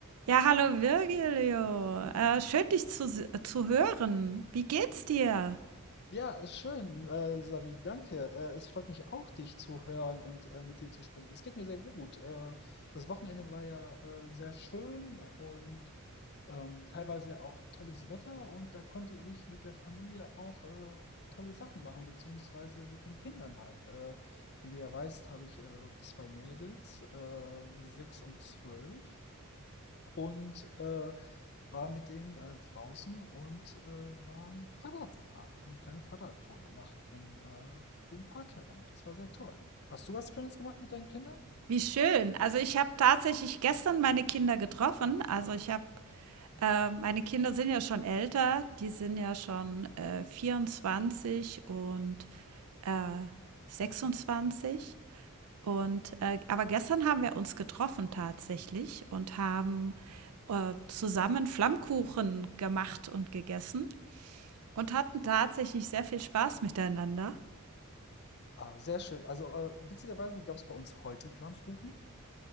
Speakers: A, on the right (about 80°); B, on the left (about 50°).
A: Ja, hallo Virgilio. Äh, schön, dich zu, se- zu hören. Wie geht's dir?
B: Ja, ist schön, äh, Savi, danke. Äh, es freut mich auch, dich zu hören und äh, mit dir zu sprechen. Es geht mir sehr gut. Äh, das Wochenende war ja äh, sehr schön und ähm, teilweise auch tolles Wetter und da konnte ich mit der Familie auch äh, tolle Sachen machen, beziehungsweise mit den Kindern halt. Äh, wie du ja weißt, habe ich äh, zwei Mädels, äh, sechs und zwölf und äh, war mit denen äh, draußen und äh, waren Fahrradfahren, haben eine kleine Fahrradtour gemacht um äh, den Park herum. Das war sehr toll. Hast du was Schönes gemacht mit deinen Kindern?
A: Wie schön. Also ich habe tatsächlich gestern meine Kinder getroffen. Also ich habe, äh, meine Kinder sind ja schon älter. Die sind ja schon äh, 24 und äh, 26. Und äh, aber gestern haben wir uns getroffen tatsächlich und haben äh, zusammen Flammkuchen gemacht und gegessen. Und hatten tatsächlich sehr viel Spaß miteinander.
B: Ah, sehr schön. Also äh, witzigerweise gab es bei uns heute Flammkuchen.